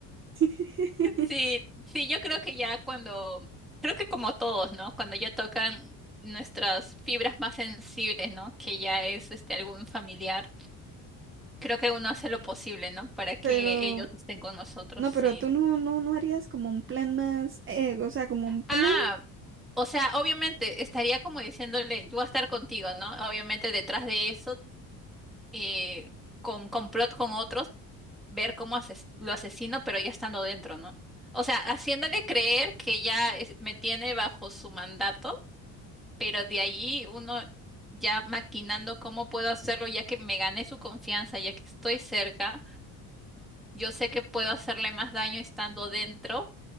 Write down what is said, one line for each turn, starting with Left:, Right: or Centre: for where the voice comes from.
Right: <laughs>
Centre: Sí, sí, yo creo que ya cuando, creo que como todos, ¿no? Cuando ya tocan nuestras fibras más sensibles, ¿no? Que ya es este algún familiar, creo que uno hace lo posible, ¿no? Para que
Right: Pero,
Centre: ellos estén con nosotros,
Right: no,
Centre: sí.
Right: pero tú no, no, no harías como un plan más, eh, o sea, como un plan.
Centre: Ah, o sea, obviamente estaría como diciéndole, yo voy a estar contigo, ¿no? Obviamente detrás de eso, eh, con complot con otros, ver cómo ases- lo asesino, pero ya estando dentro, ¿no? O sea, haciéndole creer que ya es- me tiene bajo su mandato pero de allí uno ya maquinando cómo puedo hacerlo, ya que me gané su confianza, ya que estoy cerca, yo sé que puedo hacerle más daño estando dentro